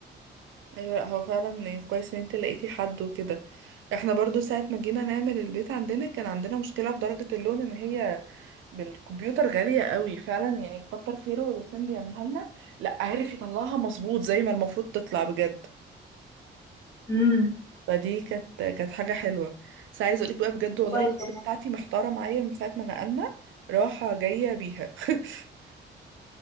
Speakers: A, on the right (about 75°); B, on the left (about 15°).
A: ايوه لا هو فعلا يعني كويس ان انت لقيتي حد وكده احنا برضو ساعه ما جينا نعمل البيت عندنا كان عندنا مشكله في درجه اللون ان هي بالكمبيوتر غاليه قوي فعلا يعني كتر خيره اللي كان بيعملها لنا لا عارف يطلعها مظبوط زي ما المفروض تطلع بجد
B: امم
A: فدي كانت كانت حاجه حلوه بس عايز اقولك بقى بجد والله
B: كويس
A: الاوضه
B: والله
A: بتاعتي محتاره معايا من ساعه ما نقلنا راحه جايه بيها <laughs>